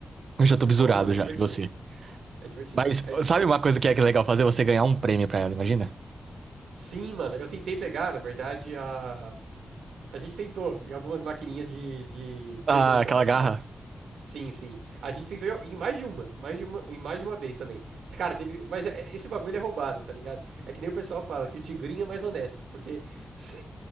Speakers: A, on the right; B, on the right.
A: eu já tô
B: É
A: bisurado
B: bom, mano, é
A: já
B: divertido.
A: de você.
B: É divertido.
A: Mas
B: É tipo
A: sabe
B: assim,
A: uma coisa que é que é legal fazer? Você ganhar um prêmio pra ela, imagina?
B: sim, mano, eu tentei pegar, na verdade, a. A gente tentou em algumas maquininhas de, de
A: Ah,
B: pelúcia,
A: aquela
B: tá ligado?
A: garra.
B: Sim, sim. A gente tentou em em mais de uma, mais de uma, em mais de uma vez também. Cara, teve, mas é- esse bagulho é roubado, tá ligado? É que nem o pessoal fala que o tigrinho é mais honesto, porque <laughs> se